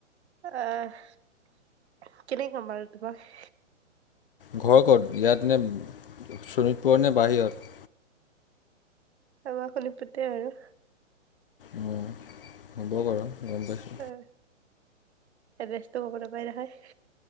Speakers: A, on the right (about 60°); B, on the left (about 50°).
A: আহ কেনে কম বাৰু তোমাক?
B: ঘৰ ক'ত ইয়াত নে চোণিতপুৰৰ নে বাহিৰত?
A: অ শোণিতপুৰতে আৰু।
B: অ, হ'ব বাৰু গম পাইছো।
A: উম, এড্ৰেছটো ক'ব নাপায় নহয়।